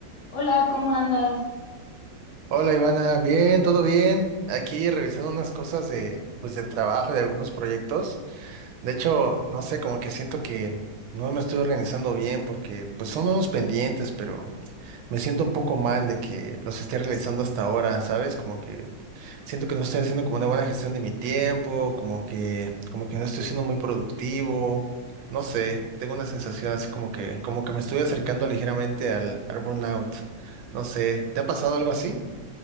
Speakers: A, on the left (about 60°); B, on the right (about 85°).
A: Hola, ¿cómo andas?
B: Hola Ivana, bien, todo bien. Aquí revisando unas cosas de, pues, del trabajo, de algunos proyectos. De hecho, no sé, como que siento que no me estoy organizando bien porque pues son unos pendientes, pero me siento un poco mal de que los esté realizando hasta ahora, ¿sabes? Como que siento que no estoy haciendo como una buena gestión de mi tiempo, como que, como que no estoy siendo muy productivo. No sé, tengo una sensación así como que, como que me estoy acercando ligeramente al, al burnout. No sé, ¿te ha pasado algo así?